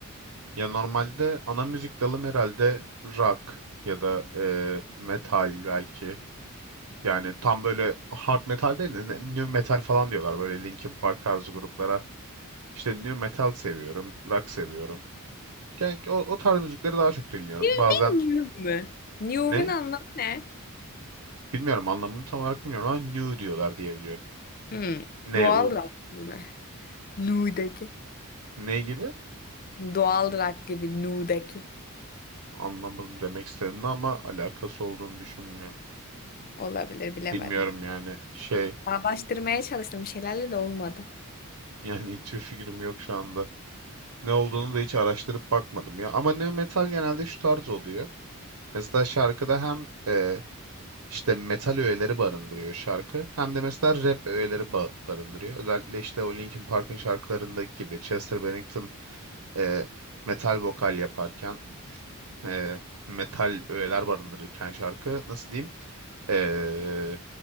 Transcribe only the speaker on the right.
Ya normalde ana müzik dalım herhalde rock ya da e, metal belki. Yani tam böyle hard metal değil de ne- new metal falan diyorlar böyle Linkin Park tarzı gruplara. İşte new metal seviyorum, rock seviyorum. Yani o, o tarz müzikleri daha çok dinliyorum.
Bazen
ne?
Bilmiyorum anlamını tam olarak bilmiyorum ama new diyorlar diye biliyorum.
Ne
u
Ne gibi?
Anlamadım demek istediğini ama alakası olduğunu düşünmüyorum.
Bilmiyorum yani şey
<laughs> yani hiçbir fikrim yok şu anda. Ne olduğunu da hiç araştırıp bakmadım ya. Ama nu metal genelde şu tarz oluyor. Mesela şarkıda hem e, işte metal öğeleri barındırıyor şarkı hem de mesela rap öğeleri ba- barındırıyor. Özellikle işte o Linkin Park'ın şarkılarındaki gibi Chester Bennington e, metal vokal yaparken e, metal öğeler barındırırken şarkı nasıl diyeyim? E,